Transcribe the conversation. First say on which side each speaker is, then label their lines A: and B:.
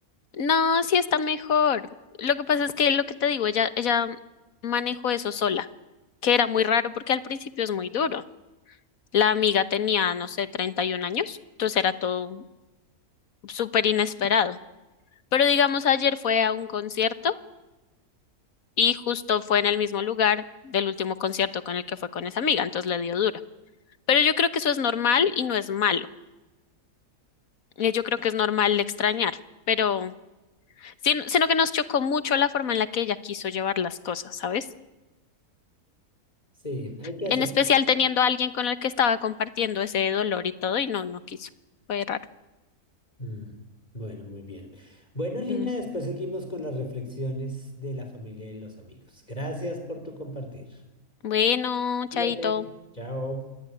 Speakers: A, on the left (about 65°); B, on the left (about 25°).
A: No, sí está mejor. Lo que pasa es que lo que te digo, ella, ella manejó eso sola, que era muy raro porque al principio es muy duro. La amiga tenía, no sé, 31 años, entonces era todo súper inesperado. Pero digamos, ayer fue a un concierto y justo fue en el mismo lugar del último concierto con el que fue con esa amiga, entonces le dio duro. Pero yo creo que eso es normal y no es malo. Eh, Yo creo que es normal extrañar, pero sin- sino que nos chocó mucho la forma en la que ella quiso llevar las cosas, ¿sabes?
B: Sí, hay que
A: En
B: aceptar.
A: especial teniendo a alguien con el que estaba compartiendo ese dolor y todo, y no, no quiso. Fue raro.
B: Mm, Bueno, muy bien. Bueno, Lina,
A: Mm.
B: después seguimos con las reflexiones de la familia y los amigos. Gracias por tu compartir.
A: Bueno,
B: Cuídate.
A: chaito.
B: Chao.